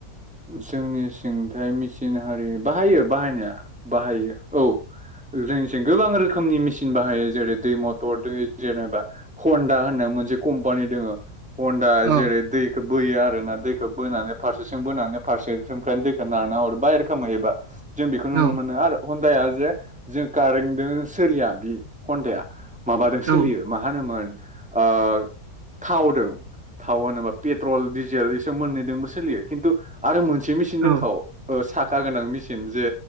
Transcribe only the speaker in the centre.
जोंनि सिंथाय मेसिन हारि बाहायो बाहायनाया बाहायो औ जोंनिथि गोबां रोखोमनि मेसिन बाहायो जेरै दै मथर दै जेनेबा हनदा होनो मोनसे कम्पानि दङो हन्दा
जेरै दैखौ बोयो आरोना दैखौ बोनानै फारसेथिं बोनानै फारसे थिंफ्रायानो दैखौ नारना हरबाय ए रोखोमै एबा जों बेखौ नुनो
मोनो आरो हन्दाया जे जों कारेन्टजों सोलिया बि हन्दाया माबाजों सोलियो
मा होनोमोन ओ थावदों थाव होनोबा पेट्रल डिजेल इस मोन्नैदोंबो सोलियो खिन्थु आरो मोनसे मेचिन दंखाव
साखा गोनां मेचिन जे